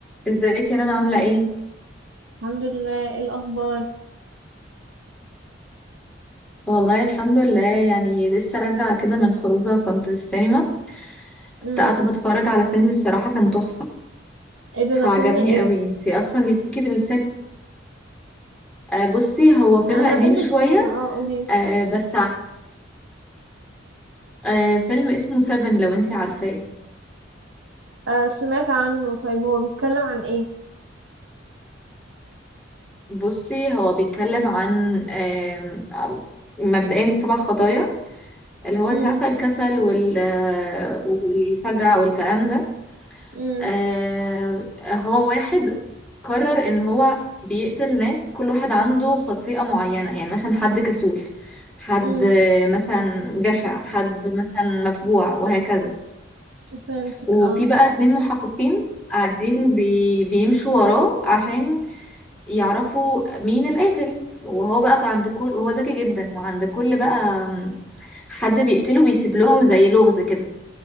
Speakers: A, in the centre; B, on the right (about 80°).
A: ازيك يا رنا عاملة ايه؟
B: الحمد لله ايه الاخبار
A: والله الحمد لله يعني لسه راجعة كده من خروجة كنت في السينما
B: امم
A: كنت قاعدة بتفرج على فيلم الصراحة كان تحفة
B: ايه ده
A: فعجبني
B: ده فيلم ايه
A: قوي انتي اصلا ليكي في السينما آه بصي هو فيلم
B: انا
A: قديم
B: بحب
A: شوية
B: السينما اه قولي
A: آه بس ع- آه فيلم اسمه سيفن لو انتي عارفاه
B: آه سمعت عنه طيب هو بيتكلم عن ايه
A: بصي هو بيتكلم عن آه مبدئيا السبع خطايا اللي هو انتي
B: امم
A: عارفة الكسل وال آه، والفجع والكلام ده
B: امم
A: آه هو واحد قرر ان هو بيقتل ناس كل واحد عنده خطيئة معينة يعني مثلا حد كسول حد
B: امم
A: مثلا جشع حد مثلا مفجوع وهكذا
B: فهمتك
A: وفي
B: اه
A: بقى اتنين محققين قاعدين بي بيمشوا وراه عشان يعرفوا مين القاتل وهو بقى عند كل وهو ذكي جدا وعند كل بقى حد بيقتله بيسيب لهم زي لغز كده